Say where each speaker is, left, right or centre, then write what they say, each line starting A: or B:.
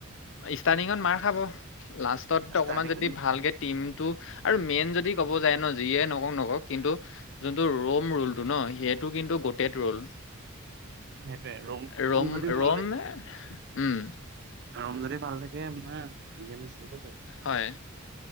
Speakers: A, on the left; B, on the right.
A: ষ্টাৰ্টিঙত মাৰ খাব লাষ্টত
B: ষ্টাৰ্টিং
A: অকণমান যদি ভালকে টিমটো আৰু মেইন যদি ক'ব যায় ন' যিয়ে নকক নকক কিন্তু যোনটো ৰোম ৰুলটো ন' সেই টো কিন্তু গোটেত ৰ'ল।
B: সেইটোৱে
A: এ ৰম
B: যদি ভাল
A: ৰমনে, উম।
B: ৰম যদি ভাল থাকে আপোনাৰ গেমছ জিকিব পাৰে।
A: হয়,